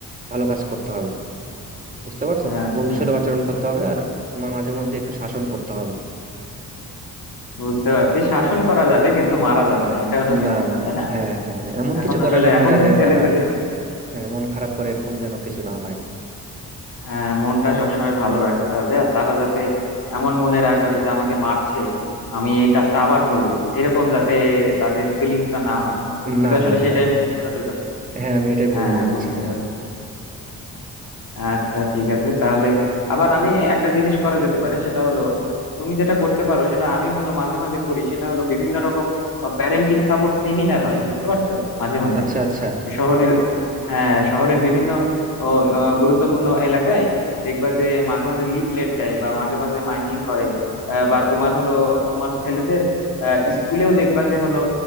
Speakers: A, on the right; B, on the left.
A: ভালো কাজ করতে হবে বুঝতে পারছো মানে
B: আচ্ছা
A: বন্ধুসুলভ
B: আচ্ছা
A: আচরণ করতে হবে আর তোমার মাঝে মধ্যে একটু শাসন করতে হবে
B: বুঝতে পারছি শাসন করা যাবে কিন্তু মারা যাবে না এটা হলো মেন
A: না
B: কথা
A: না
B: তাই না
A: হ্যাঁ হ্যাঁ হ্যাঁ এমন
B: এখন
A: কিছু করা
B: আসলে
A: যাবে
B: এখনকার
A: না যাতে
B: ছেলে
A: তারা
B: পেলে
A: হ্যাঁ মন খারাপ করে এরকম যেন কিছু না হয়
B: হ্যাঁ মনটা সবসময় ভালো রাখতে হবে আর তারা যাতে এমন মনে না করে যে আমাকে মারছে আমি এই কাজটা আবার করব এরকম যাতে তাদের ফিলিংসটা না হয় তুমি
A: না
B: তো আসলে
A: না হ্যাঁ
B: সেটাই বোঝাতে চাচ্ছো
A: হ্যাঁ আমি এটাই
B: হ্যাঁ
A: বোঝাতে যাচ্ছি
B: বুঝতে
A: হ্যাঁ
B: পারছি আচ্ছা ঠিক আছে তাহলে আবার আমি একটা জিনিস করা যেতে পারে সেটা হলো তুমি যেটা করতে পারো সেটা আমি হলো মাঝে মাঝে করি সেটা হলো বিভিন্ন রকম প্যারেন্টিং সাপোর্ট সেমিনার হয় বুঝতে পারছো মাঝে মাঝে
A: আচ্ছা আচ্ছা
B: শহরের হ্যাঁ শহরের বিভিন্ন ও, ও, গুরুত্বপূর্ণ এলাকায় দেখবা যে মাঝে মাঝে লিফলেট দেয় বা মাঝে মাঝে মাইকিং করে আহ, বা তোমার হলো তোমার ছেলেদের আহ, স্কুলেও দেখবা যে হলো